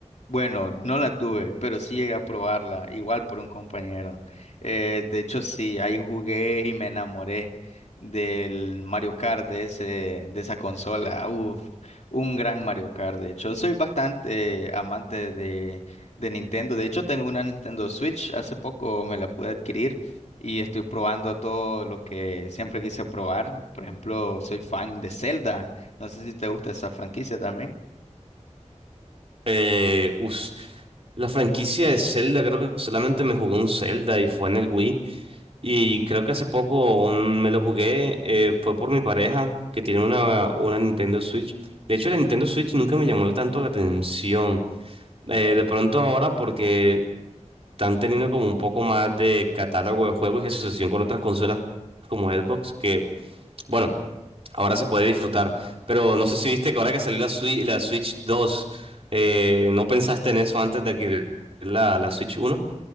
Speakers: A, on the left (about 70°); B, on the right (about 55°).
A: bueno, no la tuve, pero sí llegué a probarla, igual por un compañero. Eh, de hecho, sí, ahí jugué y me enamoré del Mario Kart de ese, de esa consola. Uf, un gran Mario Kart, de hecho. Soy bastante amante de, de Nintendo. De hecho, tengo una Nintendo Switch, hace poco me la pude adquirir. Y estoy probando todo lo que siempre quise probar. Por ejemplo, soy fan de Zelda. No sé si te gusta esa franquicia también.
B: Eh, uf, la franquicia de Zelda, creo que solamente me jugué un Zelda y fue en el Wii. Y creo que hace poco mm, me lo jugué, eh, fue por mi pareja, que tiene una, una Nintendo Switch. De hecho, la Nintendo Switch nunca me llamó tanto la atención. Eh, de pronto ahora, porque están teniendo como un poco más de catálogo de juegos y asociación con otras consolas como Xbox, que bueno, ahora se puede disfrutar. Pero no sé si viste que ahora que salió la Switch, la Switch 2, eh, ¿no pensaste en eso antes de adquirir la, la Switch uno